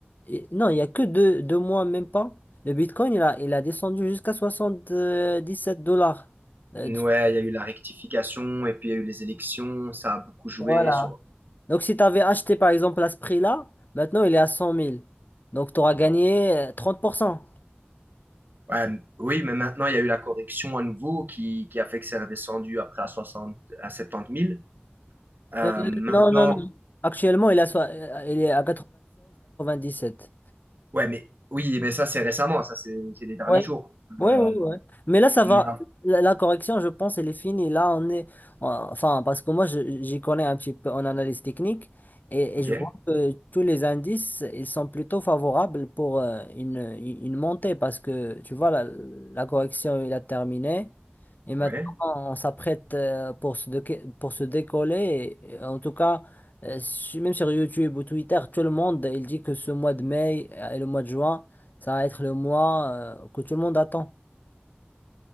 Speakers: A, on the left; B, on the right.
A: et- non, il y a que deux, deux mois, même pas. Le Bitcoin, il a, il a descendu jusqu'à 77 dollars. Euh,
B: euh, ouais, il y a eu la rectification et puis il y a eu les élections, ça a beaucoup joué
A: voilà,
B: sur...
A: Donc, si tu avais acheté par exemple à ce prix-là, maintenant il est à cent mille. Donc, tu auras gagné euh, 30%.
B: ouais, m- oui, mais maintenant, il y a eu la correction à nouveau qui, qui a fait que c'est redescendu après à 60, à 70 000. Euh,
A: Euh,
B: maintenant,
A: non, non, non. Actuellement, il est à, soi- euh, il est à dix sept.
B: ouais, mais oui, mais ça, c'est récemment, ça, c'est c'est les derniers
A: Oui,
B: jours.
A: Ouais,
B: Euh,
A: ouais, ouais. Mais là, ça
B: mais,
A: va. La, la correction, je pense, elle est finie. Là, on est. on- Enfin, parce que moi, je- j'y connais un petit peu en analyse technique et,
B: ok,
A: et je vois que tous les indices, ils sont plutôt favorables pour euh, une, une montée parce que, tu vois, la, la correction, il a terminé. Et maintenant,
B: ouais.
A: on s'apprête euh, pour se, déca- pour se décoller. Et, euh, en tout cas, euh, su- même sur YouTube ou Twitter, tout le monde, il dit que ce mois de mai euh, et le mois de juin, ça va être le mois euh, que tout le monde attend.